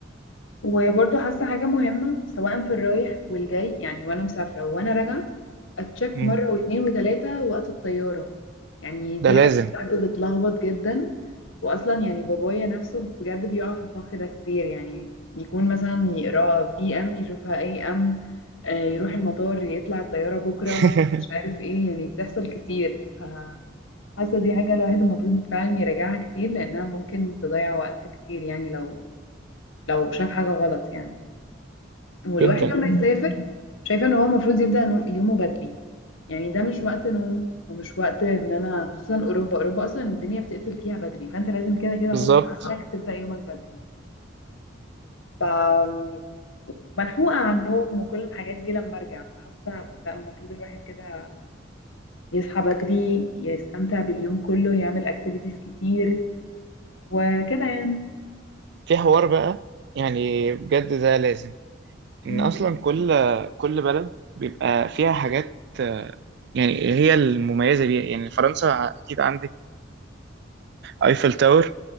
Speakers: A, on the left; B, on the right.
A: وبرضه حاسة حاجة مهمة سواء في الرايح والجاي يعني وأنا مسافرة وأنا راجعة أتشك
B: مم.
A: مرة واتنين وتلاتة وقت الطيارة يعني دي
B: ده لازم
A: حاجة بجد بتلخبط جدا وأصلا يعني بابايا نفسه بجد بيقع في الفخ ده كتير يعني يكون مثلا يقرأ بي أم يشوفها أي أم آه، يروح المطار يطلع الطيارة بكرة
B: <laughs>
A: مش عارف إيه يعني بتحصل كتير فحاسة دي حاجة الواحد المفروض فعلا يراجعها كتير لأنها ممكن تضيع وقت كتير يعني لو لو شاف حاجة غلط يعني والواحد
B: جدا
A: لما يسافر شايفه ان هو المفروض يبدا نو- يومه بدري يعني ده مش وقت نوم ومش وقت ان انا خصوصا اوروبا اوروبا اصلا الدنيا بتقفل فيها بدري فانت لازم كده كده
B: بالظبط
A: غصب عنك تبدا يومك بدري أم، ملحوقه عن النوم وكل الحاجات دي لما ارجع فحاسه لا المفروض الواحد كده يصحى بدري يستمتع باليوم كله يعمل اكتيفيتيز كتير وكده يعني
B: في حوار بقى يعني بجد ده لازم ان
A: امم
B: اصلا كل كل بلد بيبقى فيها حاجات آه، يعني هي المميزه بيها يعني فرنسا اكيد عندك ايفل تاور